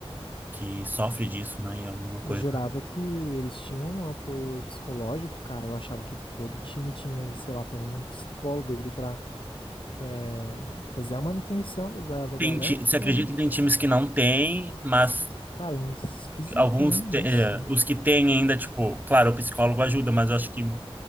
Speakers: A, on the right; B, on the left.
A: que sofre disso, né? E é uma coisa
B: Eu jurava que eles tinham um apoio psicológico, cara. Eu achava que todo time tinha, sei lá, pelo menos um psicólogo ali pra eh, fazer a manutenção da, da da
A: tem,
B: galera,
A: ti- você acredita
B: né?
A: que tem times que não tem, mas
B: Cara, esquisito,
A: alguns,
B: né? Nossa.
A: te- eh, os que têm ainda, tipo, claro, o psicólogo ajuda, mas eu acho que